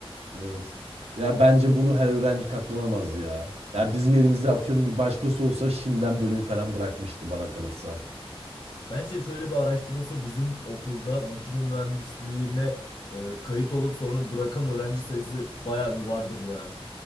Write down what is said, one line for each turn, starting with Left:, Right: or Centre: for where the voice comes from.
Right: Evet. Ya bence bunu her öğrenci katlanamaz ya. Ya bizim yerimizde atıyorum bir başkası olsa şimdiden bölüm falan bırakmıştı bana kalırsa.
Left: Bence şöyle bir araştırılsa bizim okulda makine mühendisliğine e, kayıt olup sonra bırakan öğrenci sayısı bayağı bir vardır ya.